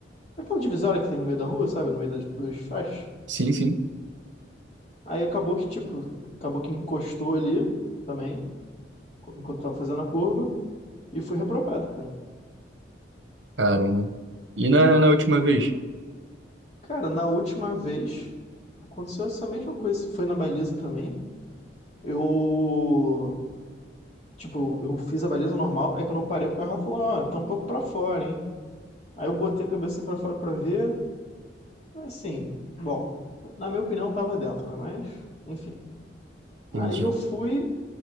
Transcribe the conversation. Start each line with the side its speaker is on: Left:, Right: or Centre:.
Left: Aquela divisória que tem no meio da rua, sabe? No meio das, dos faixas.
Right: Sim, sim.
Left: Aí acabou que, tipo, acabou que encostou ali também. enquanto eu tava fazendo a curva e fui reprovado, cara.
Right: Caramba. E na, na última vez?
Left: Cara, na última vez aconteceu essa mesma coisa, se foi na baliza também. Eu, tipo, eu fiz a baliza normal, aí quando eu parei o carro, ela falou: "Ó, tá um pouco pra fora, hein?". Aí eu botei a cabeça assim pra fora pra ver. Assim, bom, na minha opinião tava dentro, né? Mas, enfim. Aí
Right: Entendi.
Left: eu fui,